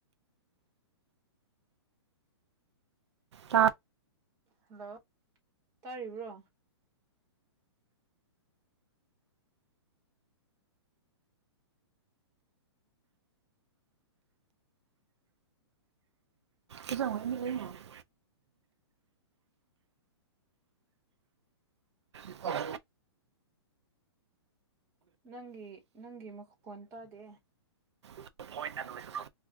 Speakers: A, on the right; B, on the right.
A: ꯇ
B: ꯍꯜꯂꯣ ꯇꯥꯔꯤꯕ꯭ꯔꯣ
A: ꯃꯖꯥꯎꯅ ꯃꯤ ꯂꯩ <unintelligible> <unintelligible>
B: ꯅꯪꯒꯤ ꯅꯪꯒꯤ ꯃꯈꯣꯟ ꯇꯥꯗꯦ
A: <unintelligible>